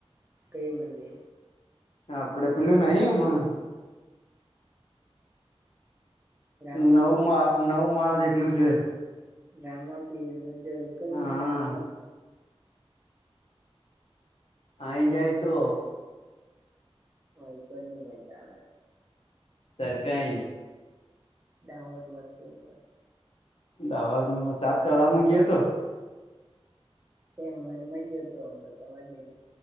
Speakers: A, on the right; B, on the left.
A: કઈ બંને.
B: હા, આપડે પેલું નહી, હમણાં.
A: રામાપીર
B: નવું માં નવુ માળ જેટલું છે.
A: રામાપીરનુ જળખાણ
B: હા
A: નુ આવા.
B: આય જાય તો.
A: હા, ઉપરની મજા આવે.
B: સર કાઈ?
A: દાવત વધતું ગયું
B: દાહોદ માં સાત તળાવમાં ગયો હતો
A: સેમ વન માં ગયો તો તમાર જેમ